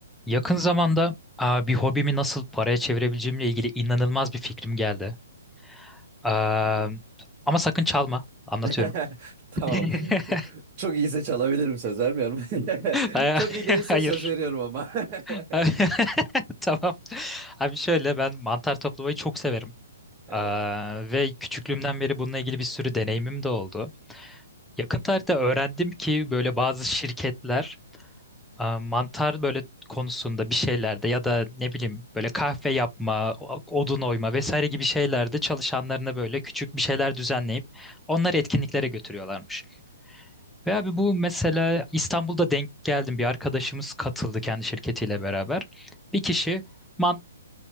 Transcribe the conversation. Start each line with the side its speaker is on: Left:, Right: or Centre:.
Centre: Yakın zamanda aa, bir hobimi nasıl paraya çevirebileceğimle ilgili inanılmaz bir fikrim geldi. Aa,
Right: No.
Centre: ama sakın çalma. Anlatıyorum.
Right: <laughs> Tamam.
Centre: <laughs>
Right: Çok iyiyse çalabilirim söz vermiyorum.
Centre: Ay-
Right: <laughs> Çok iyi değilse
Centre: <laughs> Hayır.
Right: söz veriyorum ama.
Centre: <laughs>
Right: <laughs>
Centre: Tamam. Abi şöyle ben mantar toplamayı çok severim.
Right: Evet.
Centre: Aa, ve küçüklüğümden beri bununla ilgili bir sürü deneyimim de oldu. Yakın tarihte öğrendim ki böyle bazı şirketler Aa, mantar böyle konusunda bir şeylerde ya da ne bileyim böyle kahve yapma, o- odun oyma vesaire gibi şeylerde çalışanlarına böyle küçük bir şeyler düzenleyip onları etkinliklere götürüyorlarmış. Ve abi bu mesela İstanbul'da denk geldim bir arkadaşımız katıldı kendi şirketiyle beraber. Bir kişi mantar